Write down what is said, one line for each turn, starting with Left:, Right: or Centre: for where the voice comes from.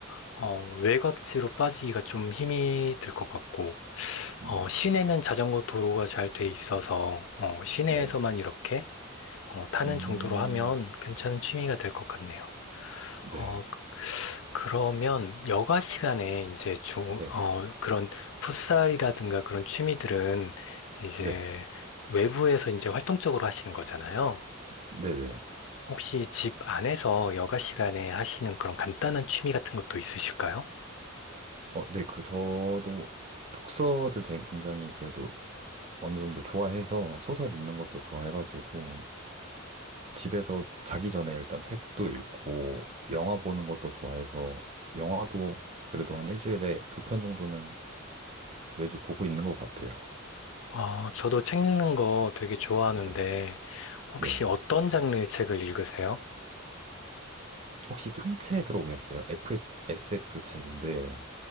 Left: 어, 외곽지로 빠지기가 좀 힘이 들 것 같고, 어,
Right: 음.
Left: 시내는 자전거 도로가 잘 돼 있어서, 어, 시내에서만
Right: 네.
Left: 이렇게, 어, 타는
Right: 음.
Left: 정도로 하면 괜찮은 취미가 될 것 같네요.
Right: 네.
Left: 어, 그- 그러면 여가 시간에 이제 주,
Right: 네.
Left: 어, 그런 풋살이라든가 그런 취미들은 이제
Right: 네.
Left: 외부에서 이제 활동적으로 하시는 거잖아요.
Right: 네네.
Left: 혹시 집 안에서 여가 시간에 하시는 그런 간단한 취미 같은 것도 있으실까요?
Right: 어, 네. 그, 저도 독서를 되게 굉장히 그래도 어느 정도 좋아해서 소설 읽는 것도 좋아해가지고 집에서 자기 전에 일단 책도 읽고 영화 보는 것도 좋아해서 영화도 그래도 한 일주일에 두 편 정도는 매주 보고 있는 것 같아요.
Left: 아, 저도 책 읽는 거 되게 좋아하는데,
Right: 네.
Left: 혹시
Right: 네.
Left: 어떤 장르의 책을 읽으세요?
Right: 혹시 삼체 들어보셨어요? FF 책인데,